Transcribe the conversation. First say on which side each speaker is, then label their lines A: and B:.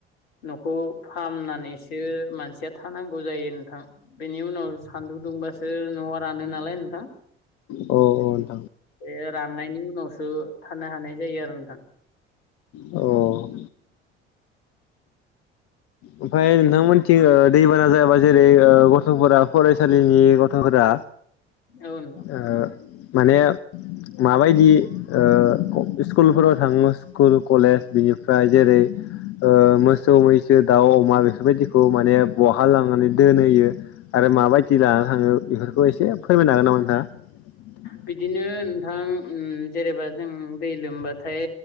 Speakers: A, on the left; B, on the left.
A: न'खौ फामनानैसो मानसिया थानांगौ जायो नोंथां बेनि उनाव सान्दुं दुंबासो न'आ रानो नालाय नोंथां
B: नोंथां
A: एह राननायनि उनावस थानो हानाय जायो आरो नोंथां
B: औ ओमफ्राय नोंथांमोनथिं ओ दैबाना जायाबा जेरै ओ गथ'फोरा फरायसालिनि गथ'फोरा
A: औ नोंथां
B: ओ माने माबायदि ओ स्कुलफोराव थाङो स्कुल कलेज बिनिफ्राय जेरै ओ मोसौ मैसो दाउ, अमा बेफोरबायदिखौ माने बहा लांनानै दोनहोयो आ <unintelligible>
A: बिदिनो नोंथां उम जेनेबा जों दै लोमबाथाय